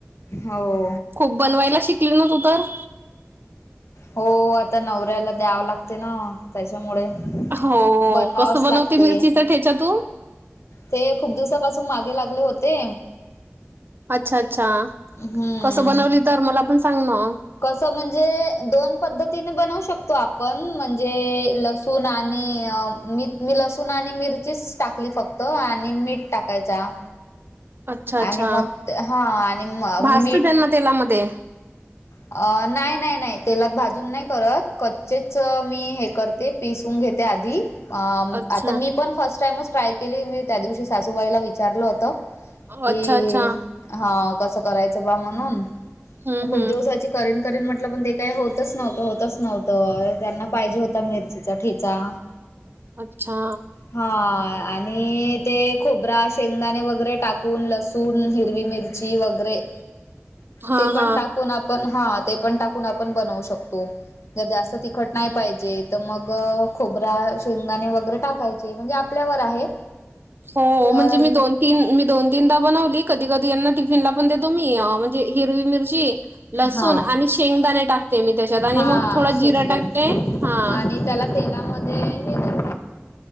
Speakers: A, on the left; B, on the right.
A: हावो.
B: खूप बनवायला शिकली ना, तू तर.
A: हो, आता नवऱ्याला द्यावं लागते ना. त्याच्यामुळे
B: हो
A: बनवावच
B: कसं बनवते
A: लागतय.
B: मिरचीचा ठेचा तू-
A: ते खूप दिवसापासून मागे लागले होते.
B: अच्छा, अच्छा,
A: हम्म
B: कसं बनवली तर, मला पण सांग ना?
A: कसं म्हणजे, दोन पद्धतीने बनवू शकतो आपण, म्हणजे लस- सून आणि मी मी लसूण आणि मिरचीच टाकली फक्त आणि मीठ टाकायचा.
B: अच्छा, अच्छा.
A: आणि मग हा आणि
B: भाजत
A: मीठ
B: <unintelligible> ते तेलामध्ये.
A: अ.. नाही, नाही, नाही, तेलात भाजून नाही करत, कच्चेच मी हे करते- पिसून घेते आधी- अ...
B: अच्छा
A: आता मी पण फर्स्ट टाइमच ट्राय केली, मी त्या दिवशी सासूबाईला विचारलं होत. कि,
B: अच्छा अच्छा
A: हा कसं करायचं बा म्हणून,
B: हम्म
A: खुप
B: हम्म
A: दिवसा- च करेन, करीन म्हटलं, पण ते काय होतच नव्हतं, होतच नव्हतं, त्यांना पाहिजे होता मिरचीचा ठेचा.
B: अच्छा.
A: हा आणि ते खोबरा, शेंगदाणे, वगैरे टाकून लसूण, हिरवी मिरची- ची वैगरे-
B: <inaudible>
A: ते पण
B: हा
A: टाकून आपण, हा ते पण टाकून आपण बनवू शकतो. जर जास्त तिखट नाही पाहिजे. तर मग खोबरा, शेंगदाणे, वगैरे टाकायचे, म्हणजे आपल्यावर आहे.
B: हो,
A: तर
B: म्हणजे मी दोन- तीन मी दोन, तीनदा बनवली. कधी, कधी यांना टिफिन ला पण देतो मी, म्हणजे हिरवी मिरची- लसूण
A: हां
B: आणि शेंगदाणे टाकते मी त्याच्यात आणि
A: हां
B: मग थोडा जिरा
A: शेंगदाणे
B: टाकते- हां.
A: आणि त्याला तेलामध्ये हे -